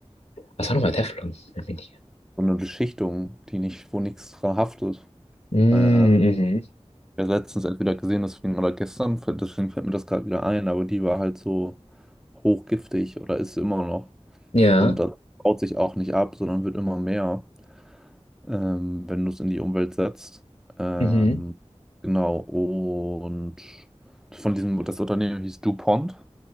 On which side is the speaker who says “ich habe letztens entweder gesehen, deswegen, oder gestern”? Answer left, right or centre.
Centre